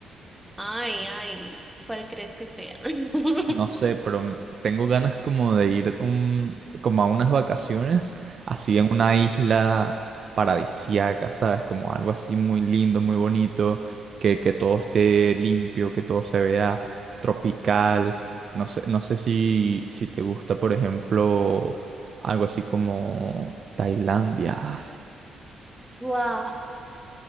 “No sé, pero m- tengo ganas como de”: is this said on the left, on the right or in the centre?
Right